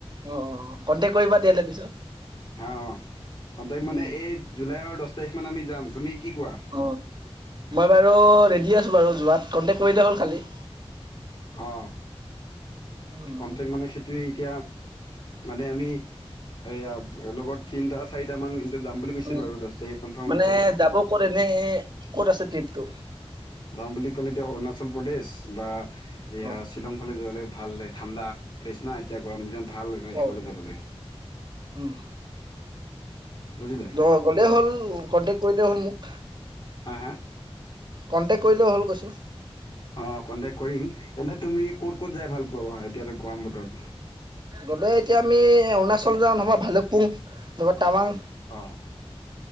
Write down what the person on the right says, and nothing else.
অ অ কণ্টেক কৰিবা তেতিয়াহলে পিছত
উম
অ মই বাৰু ৰেডি আছো বাৰু যোৱাত কণ্টেক কৰিলে হ'ল খালি
উম
উম
মানে
যাব কত এনে ক'ত আছে ট্ৰিপটো
অ
অ
উম
দ অল কলে হ'ল কন্টেক কৰিলে হ'ল মোক
কণ্টেক কৰিলে হল কৈছো
গ'লে এতিয়া আমি এ অৰুণাচল যাওঁ নহবা ভালুকপুং নাইবা টাৱাং